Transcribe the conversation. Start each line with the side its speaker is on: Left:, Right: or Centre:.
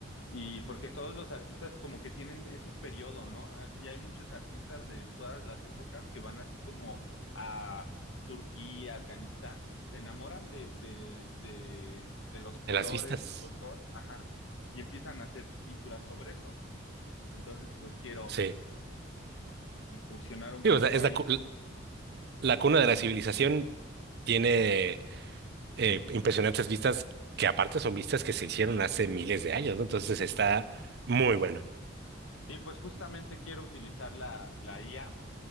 Left: y porque todos los artistas como que tienen ese periodo, ¿no? Así hay muchos artistas de todas las épocas que van así como a Turquía, Afganistán, se enamoran de, de, de, de los colores,
Right: en las vistas.
Left: el folclore, ajá, y empiezan a hacer pinturas sobre eso. Entonces, pues quiero
Right: Sí.
Left: incursionar un
Right: Sí,
Left: poco
Right: o sea, es
Left: ahí.
Right: la, cu- la cuna de la civilización tiene eh, impresionantes vistas que aparte son vistas que se hicieron hace miles de años, ¿no? Entonces está muy bueno.
Left: Sí, pues justamente quiero utilizar la, la IA